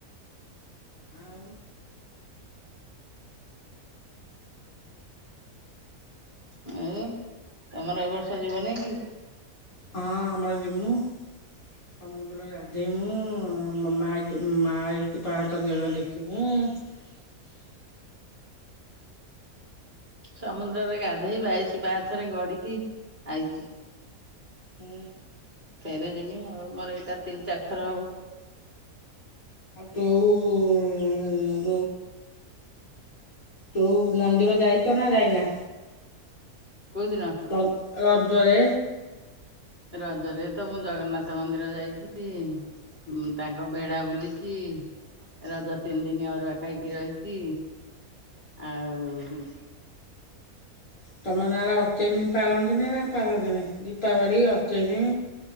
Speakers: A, on the left; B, on the right.
A: ଆଉ
B: ଆଉ ତମର ଏ ବର୍ଷ ଯିବନି କି?
A: ହଁ ଆମର ଜିମୁ। ସମୁଦ୍ର ରେ ଗାଧେଇ ମୁୁ ମା ମାଇସି ପାହାଚ ଦେଖିମୁଁ। <unintelligible>
B: ସମୁଦ୍ରରେ ଗାଧୋଇ ବାଇଶି ପାହାଚରେ ଗଡ଼ିକି ଆଇଛି।
A: ହୁଁ।
B: ଫେରେ ଯିମି ଆଉ ମୋର ଏଇଟା ତିନି ଚାରି ଥର ହବ।
A: ତୋଉ <unintelligible> ଯୋଉ ମନ୍ଦିର ଯାଇଛ ନା ଯାଇନା?
B: କୋଉଦିନ?
A: ର ରଦରେ।
B: ରଜରେ ତ ମୁଁ ଜଗନ୍ନାଥ ମନ୍ଦିର ଯାଇଛି। ହୁଁ ତାଙ୍କ ବେଢ଼ା ବୁଲିଛି ରଜ ତିନି ଦିନି ଅରୁଆ ଖାଇକି ରହିଛି। ଆଉ
A: ତମ ଗାଁ ରେ ଅତମି ପାଳନ୍ତିନି ନା ପାଳନ୍ତିନି ଦୀପାବଳି ଅତମି।